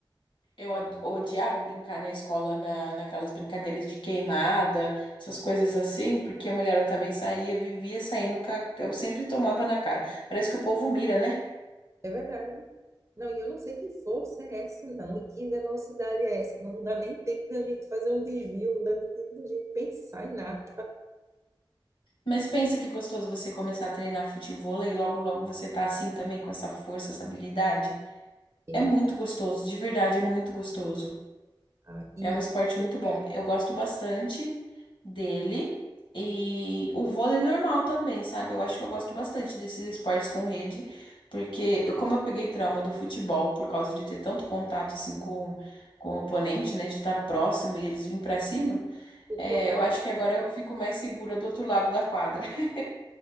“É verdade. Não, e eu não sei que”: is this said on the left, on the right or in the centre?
Right